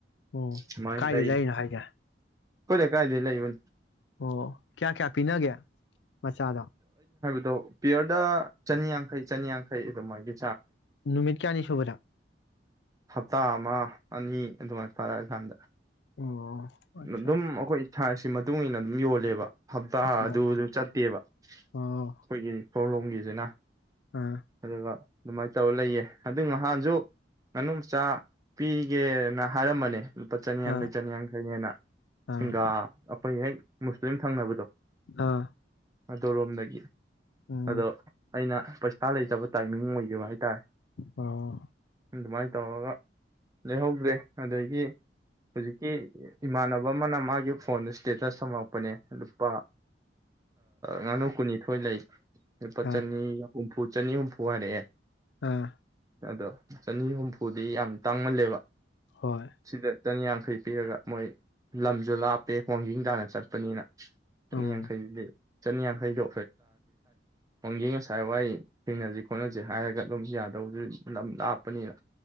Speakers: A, on the left; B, on the right.
A: ꯑꯣ
B: ꯁꯨꯃꯥꯏꯅ
A: ꯀꯥꯏꯗꯩ
B: ꯂꯩ꯫ ꯑꯩꯈꯣꯏ
A: ꯂꯩꯔꯤꯅꯣ ꯍꯥꯏꯁꯦ
B: ꯂꯩꯀꯥꯏꯗꯩ ꯂꯩꯕꯅꯦ꯫
A: ꯑꯣ ꯀꯌꯥ ꯀꯌꯥ ꯄꯤꯅꯒꯦ ꯃꯆꯥꯗꯣ
B: ꯑꯗꯣ ꯄꯤꯌꯔꯗ ꯆꯅꯤꯌꯥꯡꯈꯩ ꯆꯅꯤꯌꯥꯡꯈꯩ ꯑꯗꯨꯃꯥꯥꯏꯗꯤ
A: ꯅꯨꯃꯤꯠ ꯀꯌꯥꯅꯤ ꯁꯨꯕꯗ
B: ꯍꯞꯇꯥ ꯑꯃ ꯑꯅꯤ ꯑꯗꯨꯃꯥꯏꯅ ꯐꯥꯔꯛꯑꯀꯥꯟꯗ꯫
A: ꯑꯣ ꯑꯠꯆꯥ
B: ꯑꯗꯨꯝ
A: ꯑꯠꯆꯥ
B: ꯑꯩꯈꯣꯏ ꯁꯥꯏꯁ ꯃꯇꯨꯡ ꯏꯟꯅ ꯑꯗꯨꯝ ꯌꯣꯜꯂꯦꯕ ꯍꯞꯇꯥ
A: ꯑꯣ
B: ꯑꯗꯨ ꯑꯗꯨ ꯆꯠꯇꯦꯕ ꯑꯩꯈꯣꯏꯒꯤ
A: ꯑꯣ
B: ꯊꯧꯂꯣꯝꯒꯤꯁꯤꯅ
A: ꯑꯥ
B: ꯑꯗꯨꯗ ꯑꯗꯨꯃꯥꯏꯅ ꯇꯧꯔꯂꯩꯌꯦ ꯑꯗꯨ ꯅꯍꯥꯟꯁꯨ ꯉꯥꯅꯨ ꯃꯆꯥ ꯄꯤꯒꯦꯅ ꯍꯥꯏꯔꯝꯕꯅꯦ ꯂꯨꯄꯥ ꯆꯅꯤꯌꯥꯡꯈꯩ
A: ꯑꯥ
B: ꯆꯅꯤꯌꯥꯡ <unintelligible>
A: ꯑꯥ
B: ꯁꯤꯡꯒꯥ ꯑꯩꯈꯣꯏ ꯍꯦꯛ ꯃꯨꯁꯂꯤꯝ ꯊꯪꯅꯕꯗꯣ
A: ꯑꯥ
B: ꯑꯗꯨꯗꯂꯣꯝꯗꯒꯤ
A: ꯎꯝ
B: ꯑꯗꯣ ꯑꯩꯅ ꯄꯩꯁꯥ ꯂꯩꯇꯕ ꯇꯥꯏꯃꯤꯡ ꯑꯣꯏꯈꯤꯕ ꯍꯥꯏꯇꯥꯔꯦ
A: ꯑꯣ
B: ꯑꯗꯨꯃꯥꯏꯅ ꯇꯧꯔꯒ ꯂꯩꯍꯧꯗ꯭ꯔꯦ ꯑꯗꯒꯤ ꯍꯧꯖꯤꯛꯀꯤ ꯏꯃꯥꯟꯅꯕ ꯑꯃꯅ ꯃꯥꯒꯤ ꯐꯣꯟꯗ ꯏꯁꯇꯦꯇ꯭ꯁ ꯊꯝꯃꯛꯄꯅꯦ ꯂꯨꯄꯥ ꯉꯥꯅꯨ ꯀꯨꯟꯅꯤꯊꯣꯏ ꯂꯩ ꯂꯨꯄꯥ
A: ꯑꯥ
B: ꯆꯥꯅꯤ ꯑꯍꯨꯝ ꯐꯨ ꯆꯅꯤꯍꯨꯝꯐꯨ ꯍꯥꯏꯔꯛꯑꯦ
A: ꯑ
B: ꯑꯗꯣ ꯆꯅꯤꯍꯨꯝꯐꯨꯗꯤ ꯌꯥꯝ ꯇꯥꯡꯃꯜꯂꯦꯕ
A: ꯍꯣꯏ
B: ꯁꯤꯗ ꯆꯅꯤꯌꯥꯡꯈꯩ ꯄꯤꯔꯒ ꯃꯣꯏ ꯂꯝꯁꯨ ꯂꯥꯞꯄꯦ ꯋꯥ꯭ꯡꯖꯤꯡ ꯇꯥꯟꯅ ꯆꯠꯄꯅꯤꯅ ꯆꯅꯤꯌꯥꯡꯈꯩ
A: ꯎꯝ
B: ꯂꯩ ꯆꯅꯤꯌꯥꯡꯈꯩꯗꯣ <unintelligible> ꯉꯁꯥꯏ ꯋꯥ ꯊꯦꯡꯅꯁꯤ ꯈꯣꯠꯅꯁꯤ ꯍꯥꯏꯔꯒ ꯑꯗꯨꯝ ꯌꯥꯗꯕꯁꯨ ꯑꯗꯨ ꯂꯥꯞꯄꯅꯤꯅ